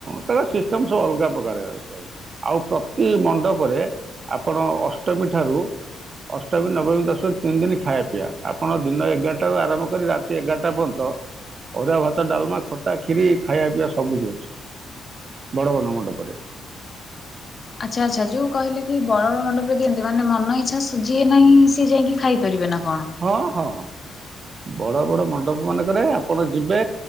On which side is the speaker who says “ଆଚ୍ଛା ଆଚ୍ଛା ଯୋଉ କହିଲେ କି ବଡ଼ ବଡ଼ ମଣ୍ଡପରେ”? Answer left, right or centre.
Left